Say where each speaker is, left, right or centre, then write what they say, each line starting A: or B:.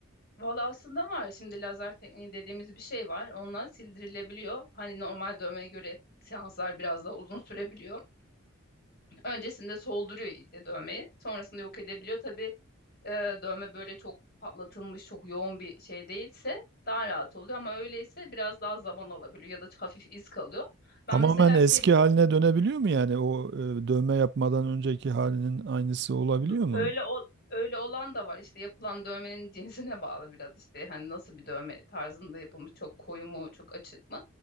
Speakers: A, on the left; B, on the right.
A: Valla aslında var şimdi lazer tekniği dediğimiz bir şey var. Onunla sildirilebiliyor. Hani normal dövmeye göre seanslar biraz daha uzun sürebiliyor. Öncesinde solduruyor iyice dövmeyi. Sonrasında yok edebiliyor. Tabii e, dövme böyle çok patlatılmış, çok yoğun bir şey değilse daha rahat oluyor ama öyleyse biraz daha zaman alabiliyor ya da hafif iz kalıyor. Ben
B: Tamamen
A: mesela
B: eski
A: şey diyorum.
B: haline dönebiliyor mu yani o e, dövme yapmadan önceki halinin aynısı olabiliyor
A: B-
B: mu?
A: Öyle ol- öyle olan da var işte yapılan dövmenin <laughs> cinsine bağlı biraz işte hani nasıl bir dövme tarzında yapılmış çok koyu mu çok açık mı